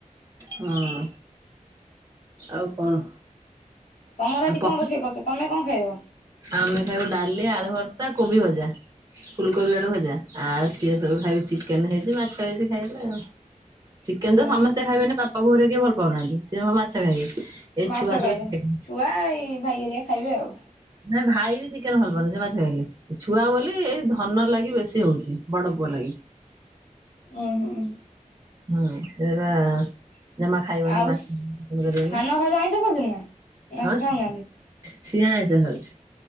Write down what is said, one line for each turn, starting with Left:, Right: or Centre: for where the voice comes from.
Right: ହଁ। ଆଉ କଣ?
Left: ତମର ଆଜି
Right: ଆଉ
Left: କଣ
Right: ପଖା
Left: ରୋଷେଇ କରୁଚ ତମେ କଣ ଖାଇବ?
Right: ଆମେ ଖାଇବୁ ଡାଲି ଆଳୁ ଭର୍ତ୍ତା କୋବି ଭଜା। ଫୁଲକୋବି ଆଳୁ ଭଜା ଆଉ ସିଏ ସବୁ ଖାଇବେ ଚିକେନ୍ ହେଇଚି ମାଛ ହେଇଚି ଖାଇବେ ଆଉ। ଚିକେନ୍
Left: ଉହୁଁ
Right: ତ ସମସ୍ତେ ଖାଇବେନି ପାପା ବୋଉରେକା କିଏ ଭଲ ପାଉନାହାନ୍ତି ସିଏ ସବୁ ମାଛ ଖାଇବେ। ଏ
Left: ମାଛ
Right: ଛୁଆ
Left: ଖାଇବ
Right: ସବୁ ଚିକେନ୍।
Left: ଛୁଆ ଏଇ ଭାଇ ହରିଆକା ଖାଇବେ ଆଉ।
Right: ନା ଭାଇ ବି ଚିକେନ୍ ଭଲ ପାଉନାନ୍ତି ସେ ମାଛ ଖାଇଲେ। ଛୁଆ ବୋଲି ଏଇ ଧନ ଲାଗି ବେଶୀ ହୋଉଚି ବଡ ପୁଅ ଲାଗି।
Left: ଉଁ ହୁଁ।
Right: ହୁଁ ସେଇବା ଜମା ଖାଇବନି
Left: ଆଉ
Right: ମାଛ ଦେନେ
Left: ସାନ ଭାଉଜ ଆଇଁଷ ଖାଉଛନ୍ତି ନା ନା
Right: ହଁ
Left: ସେ ଖାଉନାହାନ୍ତି
Right: ସେ ସିଏ ଆଇଁଷ ଖାଉଛି